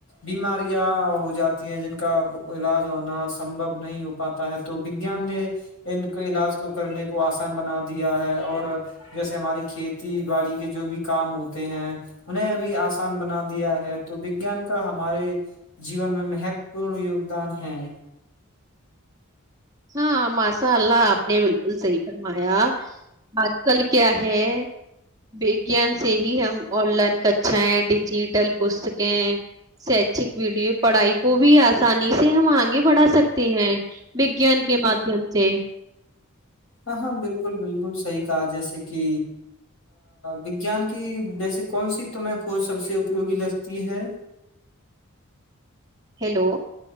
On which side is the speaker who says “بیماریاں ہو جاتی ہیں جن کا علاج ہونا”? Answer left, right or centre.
Left